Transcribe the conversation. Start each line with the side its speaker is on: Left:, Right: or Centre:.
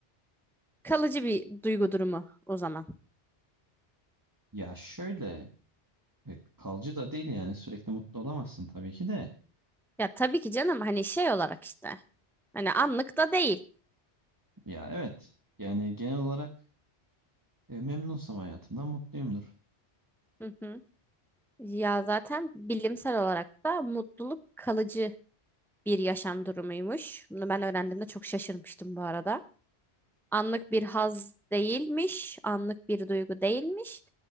Centre: kalıcı bir duygu durumu o zaman.
Right: Ya şöyle e, kalıcı da değil yani sürekli mutlu olamazsın tabii ki de.
Centre: Ya tabii ki canım hani şey olarak işte. Hani anlık da değil.
Right: Ya evet yani genel olarak e, memnunsam hayatımdan mutluyumdur.
Centre: Hı hı. Ya zaten bilimsel olarak da mutluluk kalıcı bir yaşam durumuymuş. Bunu ben öğrendiğimde çok şaşırmıştım bu arada. Anlık bir haz değilmiş, anlık bir duygu değilmiş.